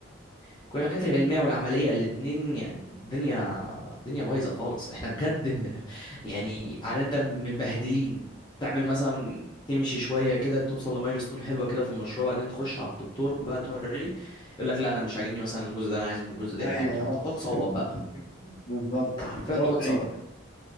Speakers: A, on the left; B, on the left.
A: الكليات العلمية والعملية الاتنين يعني الدنيا الدنيا بايظة خالص احنا بجد م... <laughs> يعني عارف انت مبهدلين تعمل مثلا تمشي شوية كده توصل لمايلستون حلوة كده في المشروع بعدين تخش على الدكتور بقى توريه يقول لك لا انا مش عاجبني مثلا الجزء ده انا عايز من الجزء ده
B: ايوه
A: يتعاد فانت تقعد تصوت
B: <laughs>
A: بقى
B: بالظبط
A: انت حرفيا
B: وتقعد
A: تقعد
B: تعيد
A: تصوت